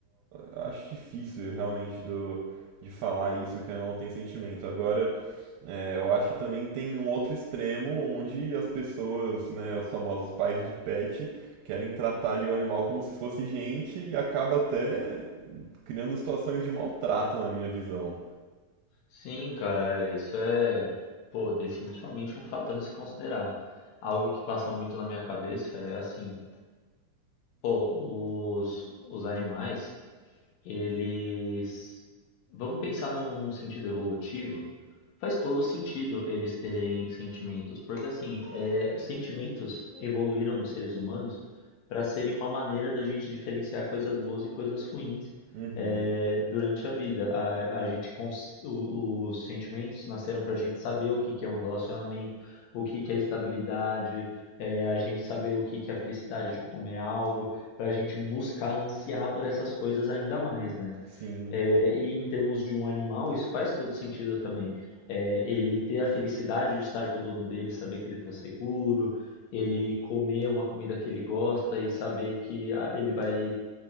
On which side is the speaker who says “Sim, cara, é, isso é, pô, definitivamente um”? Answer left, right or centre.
Left